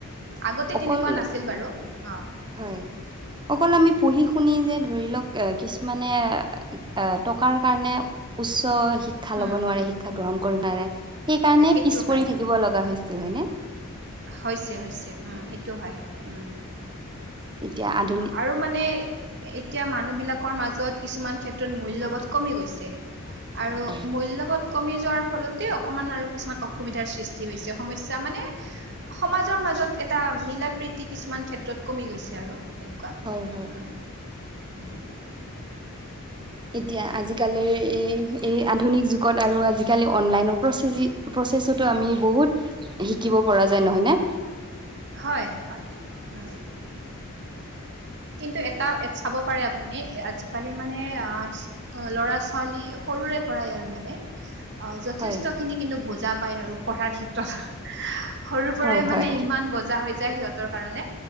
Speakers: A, on the right (about 55°); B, on the right (about 20°).
A: আগতে
B: অকল
A: তেনেকুৱা নাছিল বাৰু
B: হয়
A: অ
B: হয় অকল আমি পঢ়ি শুনি যে ধৰি লওক এ কিছুমানে এ টকাৰ কাৰণে উচ্চ শিক ক্ষা
A: উম
B: ল'ব নোৱাৰে শিক্ষা গ্ৰহণ কৰিব নোৱাৰে সেইকাৰণে
A: সেইটো
B: পিছ
A: হয়
B: পৰি থাকিব লগা হৈছিল হয়নে
A: হৈছে হৈছে উম সেইটো হয় উম
B: হয় এতিয়া আধু
A: আ আৰু মানে এতিয়া মানুহ বিলাকৰ মাজত কিছুমান ক্ষেত্ৰত মূল্যবধ কমি গৈছে
B: হয়
A: আৰু
B: হয়
A: মূল্যবধ কমি যোৱাৰ ফলতে অকমান আৰু কিছুমান অসুবিধাৰ সৃষ্টি হৈছে সমস্যা মানে সমাজৰ মাজত এটা মিলা প্ৰীতি কিছুমান ক্ষেত্ৰত কমি গৈছে আৰু তেনেকুৱা
B: হয় হয়।
A: উম উ
B: এতিয়া আজিকালিৰ এই এই আধুনিক যুগত আৰু আজিকালি অনলাইনৰ প্ৰচেজি প্ৰচেছতো আমি বহুত শিকিব পৰা যায় নহয়নে
A: হয় হয় উম
B: হয়
A: কিন্তু এটা এ চাব পাৰে আপ পুনি আজিকালি মানে
B: হয়
A: আ ল'ৰা ছোৱালী সৰুৰে পৰাই আৰু মানে অ যথেষ্ট
B: হয়
A: খিনি কিন্তু বুজা পায় আৰু পঢ়াৰ ক্ষেত্ৰত সৰু পৰাই
B: হয় হয়
A: মানে ইমান বজা হৈ যায় সিহঁতৰ কাৰণে